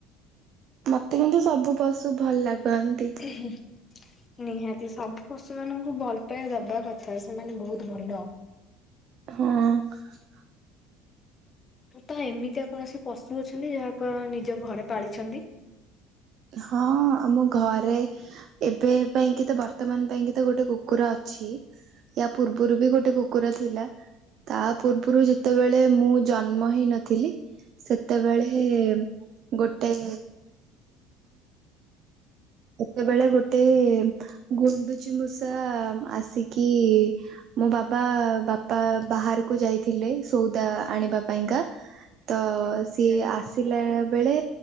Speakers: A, on the right; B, on the left.
A: ମତେ କିନ୍ତୁ ସବୁ ପଶୁ ଭଲ ଲାଗନ୍ତି।
B: ହଁ। ନିହାତି ସବୁ ପଶୁ ମାନଙ୍କୁ ଭଲ ପାଇବା ଦବା କଥା ସେମାନେ ବହୁତ ଭଲ।
A: ହଁ।
B: ତ ଏମିତିଆ କୌଣସି ପଶୁ ଅଛନ୍ତି ଯାହା କୁ ନିଜ ଘରେ ପାଳିଛନ୍ତି?
A: ହଁ ଆମ ଘରେ ଏବେ ପାଇଁ କିି ତ ବର୍ତ୍ତମାନ ପାଇଁ କି ତ ଗୋଟେ କୁକୁର ଅଛି। ୟା ପୂର୍ବରୁ ବି ଗୋଟେ କୁକୁର ଥିଲା। ତା ପୂର୍ବରୁ ଯେତେବେଳେ ମୁଁ ଜନ୍ମ ହେଇ ନଥିଲି ସେତେବେଳେ ଗୋଟେ ସେତେବେଳେ ଗୋଟେ ଗୁଣ୍ଡୁଚି ମୂଷା ଆସିକି ମୋ ବାବା ବାପା ବାହାରକୁ ଯାଇଥିଲେ ସଉଦା ଆଣିବା ପାଇଁକା ତ
B: ଆଚ୍ଛା।
A: ସିଏ ଆସ ପିଲା ବେଳେ